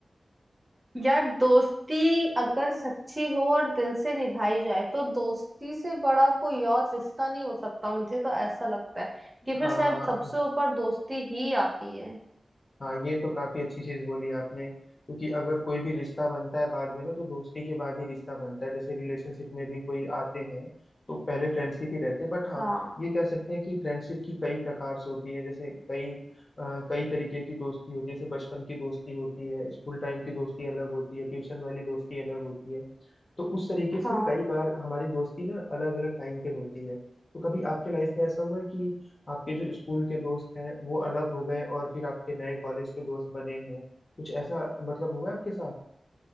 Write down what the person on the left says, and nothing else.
हाँ
हाँ ये तो काफी अच्छी चीज बोली आपने क्योंकि अगर कोई भी रिश्ता बनता है बाद में ना तो दोस्ती के बाद ही रिश्ता बनता है जैसे रिलेशनशिप में भी कोई आते हैं तो पहले फ्रेंडशिप ही रहते हैं बट हाँ
ये कह सकते हैं कि फ्रेंडशिप की कई प्रकार से होती है जैसे कई अ, कई तरीके की दोस्ती होती है जैसे बचपन की दोस्ती होती है स्कूल टाइम की दोस्ती अलग होती है ट्यूशन वाली दोस्ती अलग होती है तो उस तरीके से
कई बार हमारी दोस्ती ना अलग अलग टाइम पे होती है तो कभी आपके लाइफ में ऐसा हुआ है कि आपके जो स्कूल के दोस्त हैं वो अलग हो गए और फिर आपके नए कॉलेज के दोस्त बने हैं कुछ ऐसा मतलब हुआ है आपके साथ